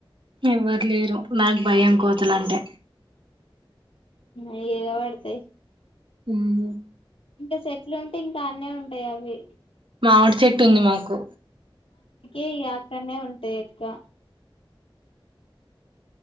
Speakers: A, on the right (about 65°); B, on the left (about 80°).
A: ఎవ్వరు లేరు నాకు భయం కోతులంటే
B: ఏగ వాడతాయి
A: హు
B: ఇంకా చెట్లు ఉంటే ఇంకా అన్నే ఉంటాయి అవి
A: ఆవిడ చెట్టు ఉంది మాకు
B: ఏ అక్కనే ఉంటాయి ఎక్కవ